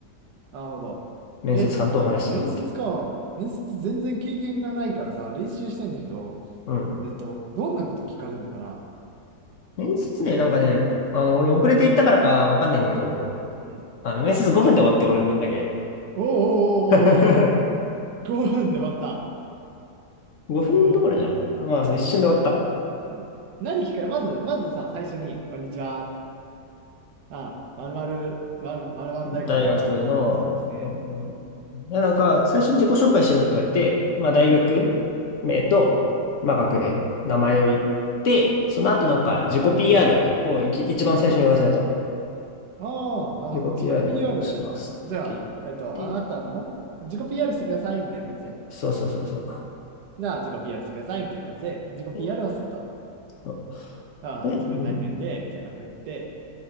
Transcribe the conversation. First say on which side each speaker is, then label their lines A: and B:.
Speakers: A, on the right (about 75°); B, on the left (about 55°).
A: なるほど。
B: う。面接官とお話しするってい
A: え、面接か。面接全然経験がないからさ、練習したいんだけど、
B: う。うん。
A: えっと、どんなこと聞かれるのかな
B: 面接ね、なんかね、あの、俺遅れて行ったからかわかんないんだけど、
A: うん、うん
B: あの、面接5分で終わって、俺の分だけ。
A: おーおーお
B: <laughs>
A: ーおーおー、5分で終わった。
B: 5分どころじゃなかった。
A: えっと、
B: まあ、そう一瞬で終わった。
A: うん。何聞かれ、まず、まずさ、最初に、こんにちはって。あ、まるまる、まるまるまる大学のあのまるまるさんですね。
B: 大学の、うん、
A: みたい
B: いや、なんか、最初に自己紹介しろって言われて、まあ、
A: なうん、
B: 大学名と、
A: うん、うん、
B: まあ、学年、名前を言って、
A: うん。
B: その後なんか、自己 PR をいき一番最初に言わされた。
A: ああ、なるほど。
B: 自己
A: 自己
B: PR
A: PR
B: をお願いしますって言って、
A: を寄せたか。じゃあ、えっと、あなたの自己 PR してくださいみたいな感じで。
B: そうそうそうそう。
A: じゃあ、自己 PR してくださいみたいな感じで、自己
B: で、
A: PR をすると。
B: そう
A: ああ、
B: でうん、
A: 自分何々で、みたいな風に言って、